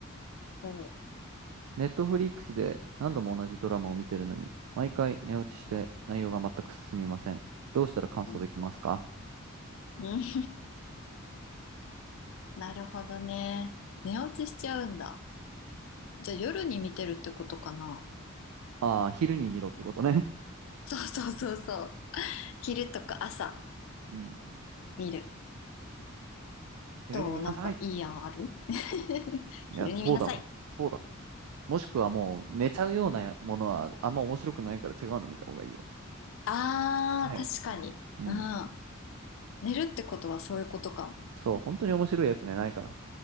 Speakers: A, on the left; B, on the right.
A: おう。
B: ネットフリックスで何度も同じドラマを見てるのに、毎回寝落ちして内容が全く進みません。どうしたら感想できますか
A: うん。うん <laughs> なるほどね。寝落ちしちゃうんだ。じゃあ夜に見てるってことかな。
B: ああー、昼に見ろってことね。
A: そうそうそうそう。昼とか朝
B: <laughs> うん、
A: 見る。
B: 昼に見なさい。
A: どうなんかいい案ある <laughs>
B: いや、
A: 昼に見なさい。
B: そうだわ。そうだ。もしくはもう寝ちゃうようなものはあんま面白くないから違うの見た方がいいよ。
A: あー、
B: ね
A: 確かに。
B: うん。
A: うん。寝るってことはそういうことかも。
B: そう、本当に面白いやつね、ないから。